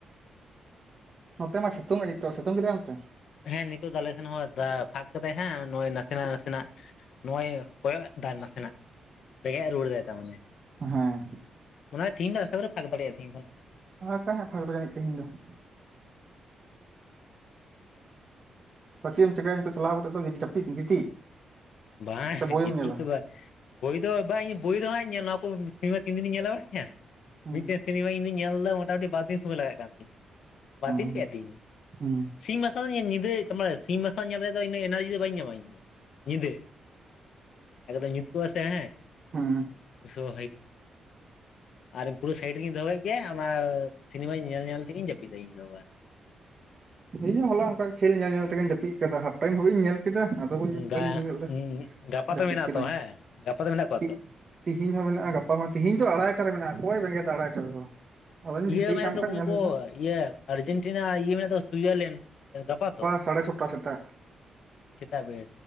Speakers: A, on the right; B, on the left.
A: ᱾ ᱱᱚᱛᱮ ᱢᱟ ᱥᱤᱛᱩᱝ ᱮᱫ ᱜᱮ ᱛᱚ ᱾ ᱥᱤᱛᱩᱝ ᱠᱮᱫᱟᱭ ᱚᱱᱛᱮ?
B: ᱦᱮᱸ ᱱᱤᱛᱚᱜ ᱫᱚ ᱟᱞᱮ ᱥᱮᱱ ᱦᱚᱸ ᱯᱷᱟᱸᱠ ᱠᱟᱫᱟᱭ ᱦᱟᱸᱜ ᱱᱚᱜᱼᱚᱭ ᱱᱟᱥᱮᱱᱟᱜ ᱱᱟᱥᱮᱱᱟᱜ ᱱᱚᱜᱼᱚᱭ ᱠᱚᱭᱚᱜ ᱫᱟᱭ ᱱᱟᱥᱮᱱᱟᱜ ᱾ ᱵᱮᱸᱜᱮᱫ ᱨᱩᱣᱟᱹᱲ ᱫᱟᱭ ᱛᱟᱢᱟᱱᱮ,
A: ᱚ ᱦᱮᱸ
B: ᱢᱚᱱᱮ ᱦᱚᱭ ᱛᱤᱦᱤᱧ ᱫᱚ ᱟᱥᱟ ᱠᱚᱨᱮ ᱯᱷᱟᱸᱠ ᱫᱟᱲᱮᱜᱼᱟ, ᱛᱤᱦᱤᱧ ᱠᱷᱚᱱᱟᱜ ᱫᱚ ᱾
A: ᱯᱷᱟᱸᱠ ᱠᱟᱜ ᱦᱟᱸ <unintelligible> ᱜ, ᱯᱷᱟᱸᱠ ᱫᱟᱲᱮᱭᱟᱜᱼᱟ ᱛᱮᱦᱮᱧ ᱫᱚ ᱾ ᱟ ᱪᱮᱫ ᱮᱢ ᱪᱤᱠᱟᱭᱟ ᱱᱤᱛᱚᱜ ᱪᱟᱞᱟᱣ ᱠᱟᱛᱮ ᱫᱚ ᱡᱟᱹᱯᱤᱫ ᱜᱤᱛᱤᱡ?
B: ᱵᱟᱝ
A: ᱥᱮ ᱵᱳᱭᱮᱢ
B: ᱜᱤᱛᱤᱡ
A: ᱧᱮᱞᱟ
B: ᱫᱚ ᱵᱟᱝ ᱾ ᱵᱳᱭ ᱫᱚ ᱵᱟᱝ ᱤᱧ ᱵᱳᱭ ᱫᱚ ᱦᱟᱸᱜ ᱤᱧ ᱧᱮᱞᱟ ᱾ ᱛᱚ ᱥᱮᱵᱟᱨ ᱛᱤᱱ ᱫᱤᱱᱤᱧ ᱧᱮᱞᱟ <unintelligible>
A: ᱦᱩᱸ
B: ᱢᱤᱫᱴᱮᱡ ᱥᱤᱱᱮᱢᱟ ᱤᱧ ᱫᱚᱧ ᱧᱮᱞ ᱮᱫᱟ, ᱢᱳᱴᱟᱼᱢᱩᱴᱤ ᱵᱟᱨ ᱫᱤᱱ ᱥᱚᱢᱚᱭ ᱞᱟᱜᱟᱜ ᱠᱟᱱ ᱛᱤᱧᱟᱹ, ᱵᱟᱨ
A: ᱦᱩᱸ
B: ᱫᱤᱱ ᱯᱮ ᱫᱤᱱ ᱾
A: ᱦᱩᱸ
B: ᱥᱤᱧ ᱢᱟᱨᱥᱟᱞ ᱧᱤᱫᱟᱹ ᱢᱟᱱᱮ ᱥᱤᱧ ᱢᱟᱨᱥᱟᱞ ᱧᱮᱞ ᱨᱮ ᱫᱚ ᱤᱱᱟᱹ ᱮᱱᱟᱨᱡᱤ ᱫᱚ ᱵᱟᱹᱧ ᱧᱟᱢᱟ ᱤᱧᱫᱚ ᱧᱤᱫᱟᱹ ᱾ <unintelligible> ᱧᱩᱛ ᱠᱚᱜᱼᱟ ᱥᱮ ᱦᱮᱸ
A: ᱦᱩᱸ
B: <unintelligible> ᱵᱩᱡᱷᱟᱹᱣ ᱟᱨ ᱯᱩᱨᱟᱹ ᱥᱟᱭᱤᱰ ᱨᱮᱜᱮᱧ ᱫᱚᱦᱚᱼᱼ ᱜᱮᱭᱟ ᱚᱱᱟ ᱥᱤᱱᱤᱢᱟ ᱧᱮᱞ ᱧᱮᱞ ᱛᱮᱜᱮᱧ ᱡᱟᱹᱯᱤᱫᱟ ᱤᱧ ᱫᱚ ᱵᱟᱥ ᱾
A: ᱤᱧ ᱦᱚᱸ ᱦᱚᱞᱟ ᱚᱱᱠᱟ ᱜᱮ ᱠᱷᱮᱞ ᱧᱮᱞ ᱧᱮᱞ ᱛᱮᱜᱮᱧ ᱡᱟᱹᱯᱤᱫ ᱟᱠᱟᱫᱟ ᱦᱟᱸᱜ, ᱴᱟᱭᱤᱢ ᱦᱟᱵᱤᱡ ᱤᱧ ᱧᱮᱞ ᱠᱮᱫᱟ ᱾ ᱟᱫᱚ ᱵᱟᱹᱧ ᱵᱟᱹᱧ
B: ᱜᱟ
A: ᱵᱮᱸᱜᱮᱫ ᱞᱮᱫᱟ,
B: ᱜᱟᱯᱟ
A: ᱡᱟᱹᱯᱤᱫ
B: ᱛᱚ ᱢᱮᱱᱟᱜ
A: ᱠᱮᱫᱟᱹᱧ
B: ᱛᱚ ᱦᱮᱸ ᱜᱟᱯᱟ ᱫᱚ ᱢᱮᱱᱟᱜ
A: ᱾
B: ᱠᱚᱣᱟ ᱛᱚ
A: ᱛᱤᱦᱤᱧ ᱦᱚᱸ ᱢᱮᱱᱟᱜᱼᱟ, ᱜᱟᱯᱟ ᱦᱚᱸ ᱛᱤᱦᱤᱧ ᱫᱚ ᱟᱲᱷᱟᱭᱴᱟ ᱨᱮ ᱢᱮᱱᱟᱜᱼᱟ, ᱚᱠᱚᱭ ᱵᱮᱸᱜᱮᱫᱟ ᱟᱲᱷᱟᱭᱴᱟ ᱨᱮ ᱫᱚ ᱾ ᱟᱫᱚᱧ
B: ᱤᱭᱟᱹ
A: ᱫᱤᱥᱟᱹᱭ
B: ᱢᱮᱱᱟᱜ
A: ᱪᱟᱢ
B: ᱛᱟᱠᱚ
A: ᱠᱷᱟᱱ ᱧᱮᱞ
B: ᱩᱱᱠᱩ
A: ᱦᱩᱭᱩᱜᱼᱟ ᱾
B: ᱤᱭᱟᱹ ᱟᱨᱡᱮᱱᱴᱤᱱᱟ ᱟᱨ ᱤᱭᱟᱹ ᱢᱮᱱᱟᱜ ᱛᱚ ᱥᱩᱭᱡᱟᱨᱞᱮᱱᱰ, ᱜᱟᱯᱟ ᱛᱚ?
A: ᱥᱟᱲᱮ ᱪᱷᱚᱴᱟ ᱥᱮᱛᱟᱜ
B: ᱥᱮᱛᱟᱜ ᱵᱮᱲ